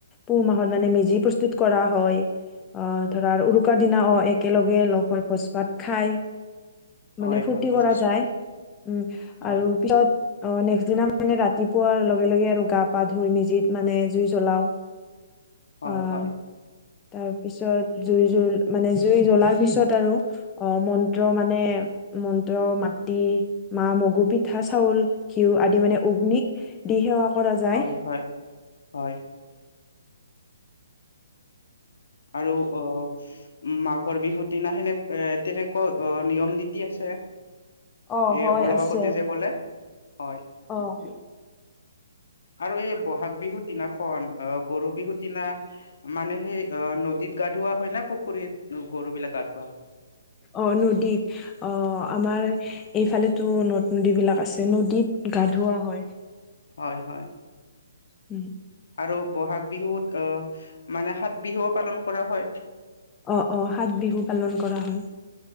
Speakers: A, on the left; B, on the left.
A: পুহ মাহত মানে মেজি প্ৰস্তুত কৰা। হয় আহ ধৰা উৰুকাৰ দিনা অ একেলগে লগ হৈ ভোজ ভাত খাই।
B: হয়
A: মানে ফুৰ্তি
B: হয় বুজিছো
A: কৰা যায় উম,
B: হয়
A: আৰু পিছত অ', নেক্সট দিনা মানে ৰাতিপুৱাৰ লগে লগে আৰু গা- পা ধুই মেজিত মানে জুই জ্বলাও <inaudible>
B: হয়,
A: আহ
B: হয়
A: তাৰপিছত জুই জল মানে জুই জ্বলাৰ পিছত আৰু অ', মন্ত্ৰ মানে মন্ত্ৰ মাটি মা মগু পিঠা চাউল ঘিউ আদি মানে অগ্নিক দি সেৱা কৰা যায়
B: হয় হয় হয় আৰু অ' মাঘৰ বিহুৰ দিনা সেনে এ তেনেকুৱাও অ নিয়ম নীতি আছে
A: অ
B: এ
A: হয়
B: অলব
A: আছে
B: আগতে যে কলে হয়
A: অ',
B: আৰু এই বহাগ বিহুত দিনাখন অ', গৰু বিহুৰ দিনা মানে সেই অ', নদীত গা ধুওা হয় না পুখুৰীত গৰু বিলাক গা ধুা
A: অ, ' নদীত অ আমাৰ এইফালেতো নদ- নদী বিলাক আছে নদীত গা ধওৱা হয়
B: হয়, হয়
A: উম
B: আৰু বহাগ বিহুত আহ মানে সাত বিহুও পালন কৰা হয়
A: অ' অ' সাত বিহু পালন কৰা হয়।